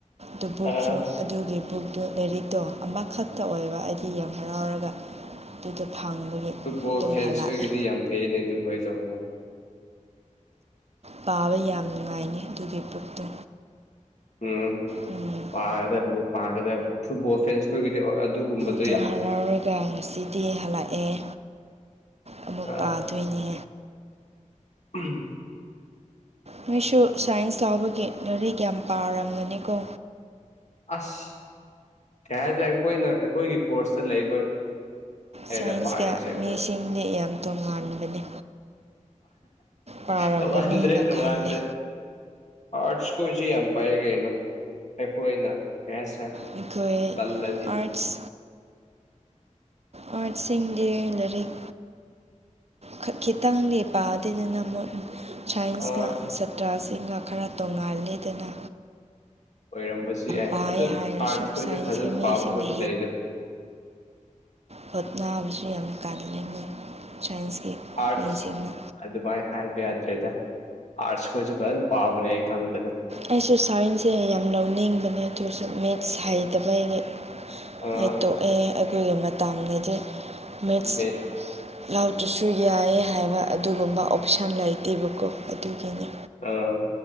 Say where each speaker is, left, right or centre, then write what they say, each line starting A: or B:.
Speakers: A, on the right (about 55°); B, on the left (about 60°).
A: ꯗꯨ ꯕꯨꯛꯁꯨ
B: ꯑꯥ
A: ꯑꯗꯨꯒꯤ ꯕꯨꯛꯇꯣ ꯂꯥꯏꯔꯤꯛꯇꯣ ꯑꯃꯈꯛꯇ ꯑꯣꯏꯕ ꯑꯩꯗꯤ ꯌꯥꯝ ꯍꯔꯥꯎꯔꯒ ꯑꯗꯨꯗꯣ ꯐꯪꯕꯒꯤ
B: ꯐꯨꯠꯕꯣꯜ
A: ꯑꯗꯨꯝ
B: ꯐꯦꯟꯁ
A: ꯍꯜꯂꯛꯑꯦ
B: ꯈꯣꯏꯒꯤꯗꯤ ꯌꯥꯝ ꯐꯩꯅꯦ ꯑꯗꯨ ꯈꯣꯏꯗ‌ꯣ
A: ꯄꯥꯕ ꯌꯥꯝ ꯅꯨꯡꯉꯥꯏꯅꯦ ꯑꯗꯨꯒꯤ ꯕꯨꯛꯇꯣ
B: ꯎꯝ
A: ꯎꯝ꯫
B: ꯄꯥꯒꯗꯕꯅꯤ ꯄꯥꯒꯗꯕꯅꯤ ꯐꯨꯠꯕꯣꯜ ꯐꯦꯟꯁ ꯈꯣꯏꯒꯤꯗꯤ ꯑꯗꯨꯒꯨꯝꯕꯗ‌ꯣ
A: ꯑꯗꯨ ꯍꯔꯥꯎꯔꯒ ꯉꯁꯤꯗꯤ ꯍꯜꯂꯛꯑꯦ ꯑꯃꯨꯛ
B: ꯑꯥ
A: ꯄꯥꯗꯣꯏꯅꯦ
B: ꯎꯝ
A: ꯅꯣꯏꯁꯨ ꯁꯥꯏꯟꯁ ꯂꯥꯎꯕꯒꯤ ꯂꯥꯏꯔꯤꯛ ꯌꯥꯝ ꯄꯥꯔꯝꯒꯅꯤꯀꯣ
B: ꯑꯁ ꯀꯩ ꯍꯥꯏꯗꯥꯔꯦ ꯑꯩꯈꯣꯏꯅ ꯑꯩꯈꯣꯏꯒꯤ ꯀꯣꯔꯁꯇ ꯂꯩꯕ ꯂꯥꯏꯔꯤꯛꯗ
A: ꯁꯥꯏꯟꯁꯀ
B: ꯄꯥꯔꯤꯁꯦ ꯑꯩꯈꯣꯏ
A: ꯃꯤꯁꯤꯡꯗꯤ ꯌꯥꯝ ꯇꯣꯉꯥꯟꯕꯅꯤ ꯄꯥꯔꯝꯒꯅꯤꯅ
B: ꯇ‌ꯣꯉꯥꯟꯗ꯭ꯔꯦ ꯇ‌ꯣꯉꯥꯟꯗ꯭ꯔꯦ
A: ꯈꯜꯂꯦ
B: ꯑꯥꯔꯠꯁ ꯈ‌ꯣꯏꯁꯨ ꯌꯥꯝ ꯄꯥꯏ ꯀꯩꯅꯣ ꯑꯩꯈꯣꯏꯅ <unintelligible>
A: ꯑꯩꯈꯣꯏ
B: ꯇꯜꯂꯗꯤ
A: ꯑꯥꯔꯠꯁ ꯑꯥꯔꯠꯁ ꯁꯤꯡꯗꯤ ꯂꯥꯏꯔꯤꯛ ꯈ ꯈꯤꯇꯪꯗꯤ ꯄꯗꯨꯏꯅꯤꯅ ꯃ‌ꯣꯏ ꯁꯥꯏꯟꯁꯀ
B: ꯑ
A: ꯁꯥꯇ꯭ꯔꯁꯤꯡꯒ ꯈꯔ ꯇꯣꯡꯉꯥꯜꯂꯦꯗꯅ
B: ꯑꯣꯏꯔꯝꯕꯁꯨ ꯌꯥꯏ
A: ꯄꯥꯏ
B: ꯑꯗꯨ
A: ꯍꯥꯏꯔꯁꯨ
B: ꯑꯥꯔꯠꯁ ꯈꯣꯏꯁꯨ
A: ꯁꯥꯏꯟꯁꯀꯤ
B: ꯐꯖꯅ
A: ꯃꯤꯁꯤꯡꯅ
B: ꯄꯥꯕ ꯈꯣꯏꯁꯨ ꯂꯩꯗ
A: ꯍ‌ꯣꯠꯅꯥꯕꯁꯨ ꯌꯥꯝ ꯀꯜꯂꯦ ꯃꯣꯏ ꯁꯥꯏꯟꯁꯀꯤ
B: ꯑꯥꯔꯠꯁ
A: ꯃꯤꯁꯤꯡꯅ
B: ꯑꯗꯨꯃꯥꯏꯅ ꯍꯥꯏꯕ ꯌꯥꯗ꯭ꯔꯦꯗ ꯑꯥꯔꯠꯁ ꯈꯣꯏꯁꯨ ꯐꯖꯅ ꯄꯥꯕꯅꯦ ꯑꯩ ꯈꯪꯕꯗ
A: ꯑꯩꯁꯨ ꯁꯥꯏꯟꯁꯁꯦ ꯌꯥꯝ ꯂꯧꯅꯤꯡꯕꯅꯦ ꯑꯗꯨꯁꯨ ꯃꯦꯠꯁ ꯍꯩꯇꯕꯒꯤ
B: ꯑ
A: ꯍꯥꯏ ꯇꯣꯛꯑꯦ ꯑꯩꯈꯣꯏꯒꯤ ꯃꯇꯝꯗꯗꯤ ꯃꯤꯠꯁ
B: ꯃꯦ
A: ꯂꯥꯎꯗ꯭ꯔꯁꯨ ꯌꯥꯏꯌꯦ ꯍꯥꯏꯕ ꯑꯗꯨꯒꯨꯝꯕ ꯑꯣꯞꯁꯟ ꯂꯩꯇꯦꯕꯀꯣ ꯑꯗꯨꯒꯤꯅꯦ
B: ꯑꯥ